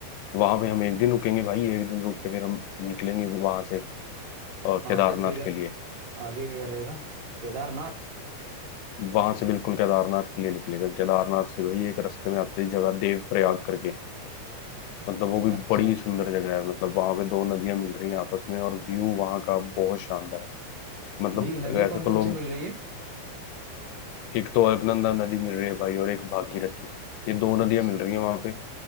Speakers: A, on the left; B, on the right.
A: वहां पे हम एक दिन रुकेंगे भाई एक दिन रुक के फिर हम निकलेंगे वहां से अ,
B: हाँ
A: केदारनाथ
B: से फिर
A: के लिए
B: आगे क्या रहेगा केदारनाथ
A: वहां से बिल्कुल केदारनाथ के लिए निकलेगा केदारनाथ से भाई एक रास्ते में आते ही जगह देव प्रयाग करके मतलब वो भी
B: अच्छा
A: बड़ी सुंदर जगह है मतलब वहां पे दो नदियां मिल रही हैं आपस में और व्यू वहां का बहुत शानदार है मतलब
B: नदी नदी
A: वैसे
B: कौन
A: तो
B: कौन
A: लोग
B: सी मिल रही है
A: एक तो अलकनंदा नदी मिल रही है भाई और एक भागीरथी ये दो
B: अच्छा
A: नदियां मिल रही हैं वहां पे